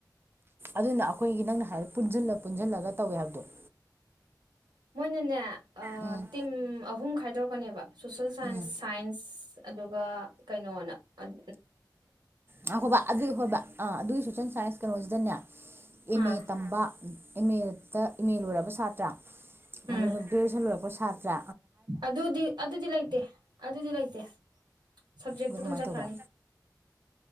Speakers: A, on the right; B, on the right.
A: ꯑꯗꯨꯅ ꯑꯩꯈꯣꯏꯒꯤ ꯅꯪꯅ ꯍꯥꯏꯕ ꯄꯨꯟꯁꯤꯂ ꯄꯨꯟꯁꯤꯜꯂꯒ ꯇꯧꯋꯦ ꯍꯥꯏꯕꯗꯣ
B: ꯃꯣꯏꯅꯅꯦ ꯑ
A: ꯎꯝ
B: ꯇꯤꯝ ꯑꯍꯨꯝ ꯈꯥꯏꯗꯣꯔꯛꯀꯅꯦꯕ ꯁꯣꯁꯦꯜ ꯁꯥꯏꯟꯁ
A: ꯎꯝ
B: ꯁꯥꯏꯟꯁ ꯑꯗꯨꯒ ꯀꯩꯅꯣꯅ ꯑꯝ
A: ꯉꯥꯏꯈꯣꯕ ꯑꯗꯨ ꯍꯣꯏꯕ ꯑꯥ ꯑꯗꯨꯏꯁꯨ ꯁꯥꯏꯁ ꯀꯩꯅꯣꯖꯤꯗꯅꯦ ꯑꯦꯃꯦ
B: ꯑꯥ
A: ꯇꯝꯕ ꯑꯦꯝ ꯑꯦ ꯗ ꯑꯦꯃ ꯑꯦ ꯂꯣꯏꯔꯕ ꯁꯥꯇꯔ꯭
B: ꯎꯝ
A: ꯑꯗꯨꯒ ꯒꯔ꯭ꯦꯖꯨꯋꯦꯁꯟ ꯂꯣꯏꯔꯛꯄ ꯁꯥꯇ꯭ꯔꯥ
B: ꯑꯗꯨꯗꯤ ꯑꯗꯨꯗꯤ ꯂꯩꯇꯦ ꯑꯗꯨꯗꯤ ꯂꯩꯇꯦ ꯁꯕꯖꯦꯛꯇ
A: ꯑꯗꯨ ꯀꯃꯥꯏꯅ
B: ꯗꯨꯝ ꯆꯠꯈ꯭ꯔꯅꯤ
A: ꯇꯧꯕ